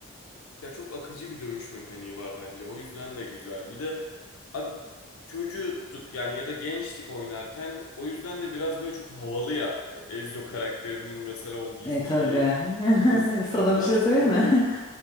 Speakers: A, on the left; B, on the left.
A: Ya çok akıcı bir dövüş mekaniği var bence. O yüzden de güzel. Bir de abi çocuktuk yani ya da gençtik oynarken. O yüzden de biraz böyle çok havalı ya. O Ezio karakterinin mesela o gizliliği,
B: E tabii.
A: sessizliği
B: <laughs> Sana
A: falan
B: bir şey
A: çok
B: söyleyeyim
A: havalı
B: mi?
A: gibi.
B: <laughs>